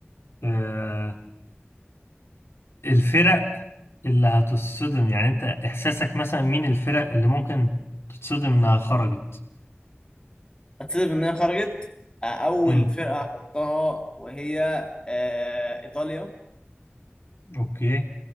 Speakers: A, on the left; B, on the left.
A: آه، الفرق اللي هتصدم يعني انت احساسك مثلا مين الفرق اللي ممكن تتصدم انها خرجت
B: هتسبب ان هي خرجت اول
A: امم
B: فرقه احطها وهي آه، ايطاليا
A: اوكي